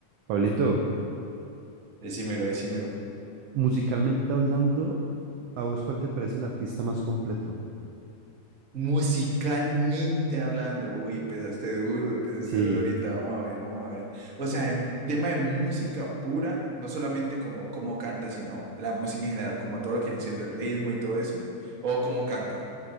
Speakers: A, on the right; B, on the right.
A: Pablito,
B: Decímelo, decímelo.
A: musicalmente hablando, ¿a vos cuál te parece el artista más completo?
B: Musicalmente hablando, uy, empezaste duro, empezaste
A: Sí,
B: duro ahorita, vamos a ver, vamos a ver. O sea, en tema de música pura, no solamente como cómo canta, sino la música en general, como todo lo que viene siendo el ritmo y todo eso, o cómo canta.